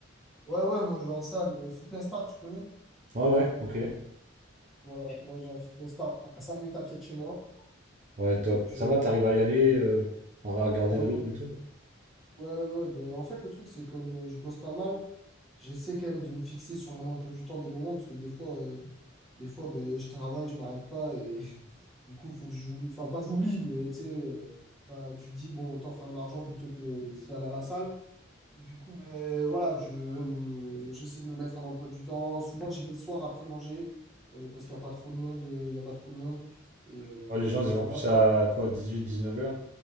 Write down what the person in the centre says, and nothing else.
Ouais, ouais, moi, je vais en salle. euh, fitness park, tu connais?
Voilà, moi, j'ai un fitness park à 5 minutes à pied de chez moi.
Donc,
euh,
ah
ouais,
ouais, ouais. ouais, ben, en fait, le truc, c'est comme euh, je bosse pas mal, j'essaie quand même de me fixer sur mon emploi du temps des moments, parce que des fois, euh, des fois ben, je travaille, je m'arrête pas, et <laughs> du coup, faut que j'oublie. Enfin, pas que j'oublie, mais tu sais, euh, bah, tu te dis, bon, autant faire de l'argent plutôt que, que aller à la salle. Du coup, ben, voilà, je, euh, j'essaie de me mettre un emploi du temps. Souvent, j'y vais le soir après manger euh, parce qu'il n'y a pas trop de monde. euh, Il y a pas trop de monde. Et, euh,
et
voilà.